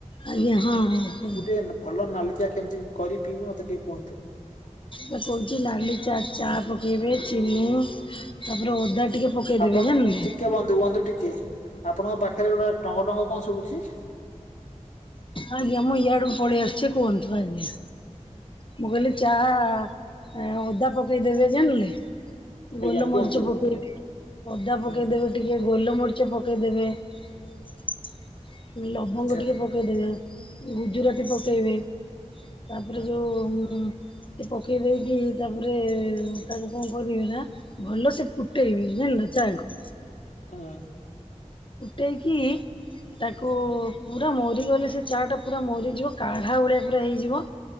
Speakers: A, on the left; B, on the left.
A: ଆଜ୍ଞା ହଁ ହଁ କୁହ।
B: ମୁଁ ଟିକେ ଭଲ ନାଲି ଚା କେମିତି କରି ପିଇବି ମତେ ଟିକେ କୁହନ୍ତୁ।
A: କହୁଛି ନାଲି ଚା ଚା ପକେଇବେ ଚିନି ତାପରେ ଅଦା ଟିକେ ପକେଇଦେବେ
B: ଆପଣ
A: ଜାଣିଲେ
B: ଟିକେ ବନ୍ଧୁ ବନ୍ଧୁ ଟିକେ ଆପଣଙ୍କ ପାଖରେ ଗୋଟେ ଟଙ୍ଗ ଟଙ୍ଗ କଣ ଶୁଭୁଚି?
A: ଆଜ୍ଞ ମୁଁ ଏଆଡକୁ ପାଲେଇଆସୁଚି କୁହନ୍ତୁ ଆଜ୍ଞା ମୁଁ କହିଲି ଚାହା ଆ ଓଦା ପକେଇଦେବେ ଜଣିଲେ
B: ଆଜ୍ଞା
A: ଗୋଲମରିଚ
B: କୁହନ୍ତୁ
A: ପକେଇବେ ଅଦା
B: ହୁଁ
A: ପକେଇଦବେ ଟିକେ ଗୋଲମରିଚ ପକାଇଦେବେ ଲବଙ୍ଗ
B: ଆଚ୍ଛା
A: ଟିକେ ପକାଇଦେବେ। ଗୁଜୁରାତି
B: ହୁଁ
A: ପକେଇବେ ତାପରେ
B: ହୁଁ
A: ଯଉ ସେଠି ପକାଇ ଦେଇକି ତାପରେ ତାକୁ କଣ କରିବେ ନା ଭଲ ସେ ଫୁଟେଇବି ଜାଣିଲ ଚାକୁ
B: ହୁଁ।
A: ଫୁଟେଇକି ତାକୁ ପୁରା ମରିଗଲେ ସେ ଚା ଟା ପୁରା ମରିଯିବ କାଢ଼ା ଭଳିଆ ପୁରା ହେଇଯିବ